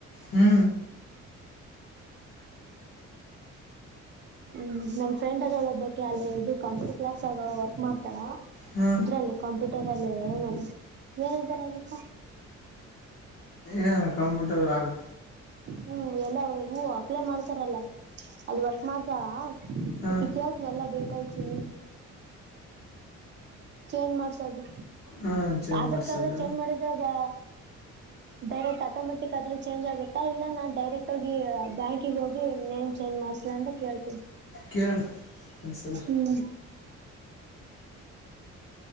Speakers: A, on the left; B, on the right.
A: ಹ್ಮು
B: ಹ್ಮು ಹ್ಮು ನಮ್ ಫ್ರೆಂಡ್ ಅದಾಳ ಒಬ್ಬಕ್ಕಿ ಅಲ್ಲಿ ಇದು ಕಂಪ್ಯೂಟರ್ ಕ್ಲಾಸ್ ಆಗ ವರ್ಕ್ ಮಾಡ್ತಾಳ್
A: ಹ್ಞೂ
B: ಇದ್ರಲ್ಲಿ ಕಂಪ್ಯೂಟರ್ ಅಲ್ಲಿ ಏನ್ ಆದ್ ಏನಂತಾರ ಅದಕ್.
A: ಏನು ಕಂಪ್ಯೂಟರ್ದಾಗ್.
B: ಹ್ಮ್ ಎಲ್ಲ ಹೂ ಅಪ್ಲೈ ಮಾಡ್ತಾರಲ್ಲ ಅಲ್ಲಿ ವರ್ಸ ಮಾಡ್ತಿ
A: ಹಾಂ
B: ಕೇಳತ್ನೆ ಎಲ್ಲ ಬೇಕಾಯಚಿ ಚೇಂಜ್ ಮಾಡ್ಸೋದು
A: ಹಾಂ ಚೇಂಜ್
B: ಆಧಾರ್
A: ಮಾಡ್ಸೋದು
B: ಕಾರ್ಡ್ ಚೇಂಜ್ ಮಾಡಿದ್ರೆ ಅದ ಡೈರೆಕ್ಟ್ ಆಟೋಮೆಟಿಕ್ ಆದ್ರೂ ಚೇಂಜ್ ಆಗುತ್ತಾ ಇಲ್ಲ ನಾನ್ ಡೈರೆಕ್ಟ್ ಆಗಿ ಬ್ಯಾಂಕ್ಿಗೆ ಹೋಗಿ ನೇ್ ಚೇಜ್ ಮಾಡ್ ಂತ ಕೇಳ್ತೀಿ
A: ಕೇಳು ಒಂದ್ಸಲ
B: ಹ್ಮ್